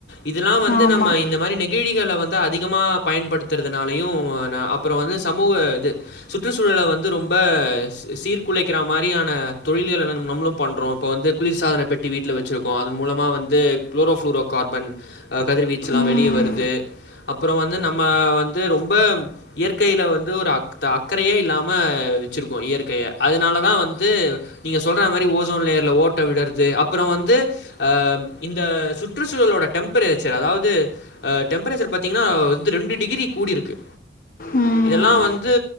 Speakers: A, on the left (about 75°); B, on the left (about 50°).
A: இதெல்லா வந்து
B: ஆமாம்
A: நம்ம இந்த மாரி நெ கிழிகள வந்து அதிகமா பயன்படுத்துறதுனாலயு ந அப்றோ வந்து சமூக இது சுற்றுச்சூழல வந்து ரொம்ப சி சீர்குலைக்கிற மாரியான தொழில்கள நம்ளு பண்றோ இப்போ வந்து குளிர்சாதன பெட்டி வீட்ல வச்சிருக்கோ அதன் மூலமா வந்து க்ளோரோஃப்ளூரோ கார்பன் அ கதிர்வீச்சுலா
B: ம்
A: வெளியே வருது அப்றோ வந்து நம்ம வந்து ரொம்ப இயற்கையில வந்து ஒரு அக் த அக்கறயே இல்லாம வச்சிருக்கோ இயற்கைய அதனாலதா வந்து நீங்க சொல்ற மாரி ஓசோன்லேயர்ல ஓட்ட விழறது அப்றோ வந்து அ இந்த சுற் ற்றுச்சூழலோட டெம்பரேச்சர் அதாவது அ டெம்பரேச்சர் பாத்தீங்கன்னா வந்து ரெண்டு டிகிரி கூடிருக்கு
B: ம்
A: இதெல்லா வந் து